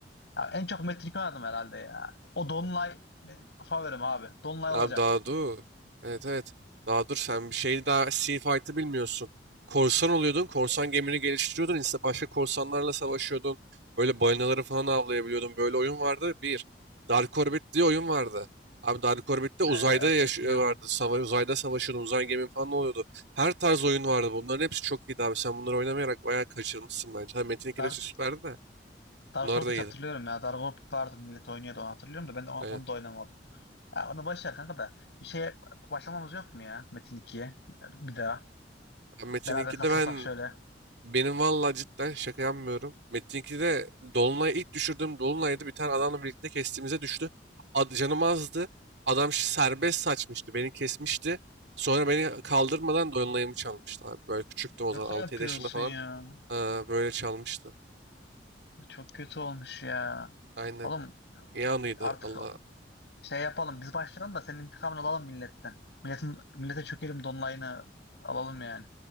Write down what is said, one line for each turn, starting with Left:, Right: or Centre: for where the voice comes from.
Left: ya en çok Metin iki oynadım herhalde ya. O Donlay benim favorim abi. Donlay olacak.
Right: Abi daha dur. Evet evet. Daha dur sen bir şeyi daha Sea Fight'ı bilmiyorsun. Korsan oluyordun. Korsan gemini geliştiriyordun. İşte başka korsanlarla savaşıyordun. Böyle balinaları falan avlayabiliyordun. Böyle oyun vardı. Bir. Dark Orbit diye oyun vardı. Abi Dark Orbit'te uzayda
Left: Ee, Evet,
Right: yaş
Left: evet
Right: vardı.
Left: biliyorum. onu.
Right: Sava uzayda savaşıyordun. Uzay gemin falan oluyordu. Her tarz oyun vardı. Bunların hepsi çok iyiydi abi. Sen bunları oynamayarak bayağı kaçırmışsın bence. Ha, Metin 2
Left: Dark,
Right: de süperdi de.
Left: Dark
Right: Bunlar
Left: Orbit
Right: da iyiydi.
Left: hatırlıyorum ya. Dark Orbit vardı millet oynuyordu onu hatırlıyorum da ben de o- onu
Right: Evet.
Left: da oynamadım. Ya onu boş ver kanka da. Bir şeye başlamamız yok mu ya Metin 2'ye? Bir daha.
Right: Ha, Metin
Left: Beraber
Right: 2'de
Left: katılsak
Right: ben
Left: şöyle.
Right: Benim valla cidden şaka yapmıyorum. Metin'inki de Dolunay ilk düşürdüğüm Dolunay'da bir tane adamla birlikte kestiğimize düştü. Ad, canım azdı. Adam ş- serbest saçmıştı. Beni kesmişti. Sonra beni kaldırmadan Dolunay'ımı çalmıştı abi. Böyle küçüktüm o
Left: Şaka
Right: zaman. 6-7
Left: yapıyorsun
Right: yaşında falan.
Left: ya.
Right: Aa, böyle çalmıştı.
Left: Çok kötü olmuş ya.
Right: Aynen.
Left: Oğlum
Right: İyi anıydı
Left: artık
Right: Allah.
Left: şey yapalım. Biz başlayalım da senin intikamını alalım milletten. Milletin, millete çökelim donlayını alalım yani.